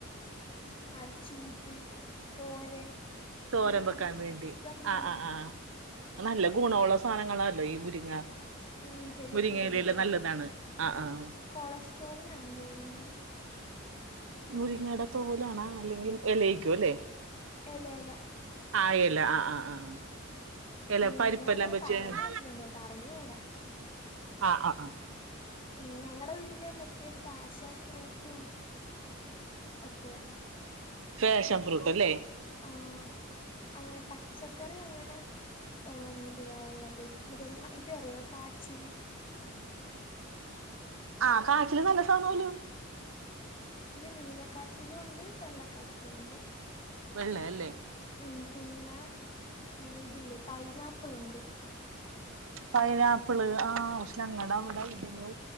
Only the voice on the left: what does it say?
ഉം അരച്ചു <unintelligible> തോരൻ
എന്തൊക്കെ
എന്തൊക്കെ
ഇഷ്ടം പോലെ
ഉം
ഉം ശെരിയാ
ശെരിയാ നല്ല
കോളസ്ട്രോളിനാന്ന്‌ തോന്നണു.
എല എല
ഉം
ഞാനിങ്ങനെ
പറഞ്ഞ്
കേട്ടിട്ടുണ്ട് കേട്ടോ അറിഞ്ഞുകൂടാ
ഉം ഞങ്ങടെ വീട്ടില് മറ്റ് റ്റെ ഫാഷൻ ഫ്രൂട്ടും ഒക്കെയാ
ആഹ് അങ്ങേ പച്ചക്കറിയങ്ങനെ ഏഹ് എന്തുവാള്ളത് <unintelligible> ഇതറിയാവോ കാച്ചില്
നീല കാച്ചിലും ഒണ്ട് വെള്ള കാച്ചിലും ഒണ്ട്
മ് പിന്നെ മ് ഇതിലെ പൈനാപ്പിൾ ഉണ്ട്